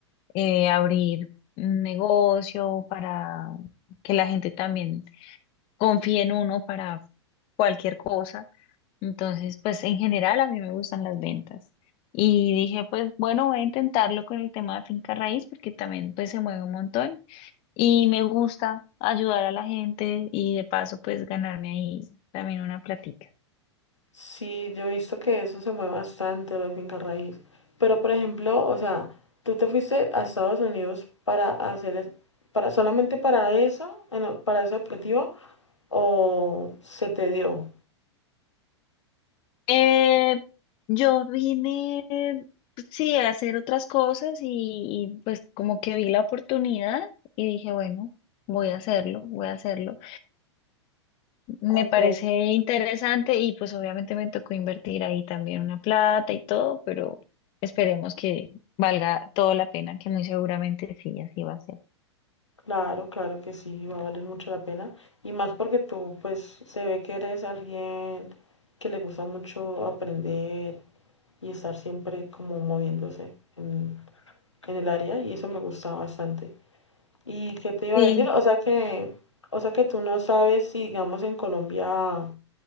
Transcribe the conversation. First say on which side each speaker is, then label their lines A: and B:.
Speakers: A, on the left (about 35°); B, on the left (about 80°).
A: eh, abrir un negocio, para que la gente también confíe en uno para cualquier cosa. Entonces, pues en general a mí me gustan las ventas. Y dije, pues bueno, voy a intentarlo con el tema de finca raíz porque también pues se mueve un montón. Y me gusta ayudar a la gente y de paso pues ganarme ahí también una platica.
B: Sí, yo he visto que eso se mueve bastante, la finca raíz. Pero, por ejemplo, o sea, tú te fuiste a Estados Unidos para hacer, es- para, solamente para eso, en o- para ese objetivo, o se te dio.
A: Eh, yo vine, sí, a hacer otras cosas y, y, pues como que vi la oportunidad y dije, bueno, voy a hacerlo, voy a hacerlo. Me
B: Ok,
A: parece interesante y pues obviamente me tocó invertir ahí también una plata y todo, pero esperemos que valga toda la pena, que muy seguramente sí, así va a ser.
B: claro, claro que sí, va a valer mucho la pena. Y más porque tú, pues, se ve que eres alguien que le gusta mucho aprender y estar siempre como moviéndose en, en el área, y eso me gusta bastante. ¿Y qué te iba
A: sí
B: a decir? O sea que, o sea que tú no sabes si, digamos, en Colombia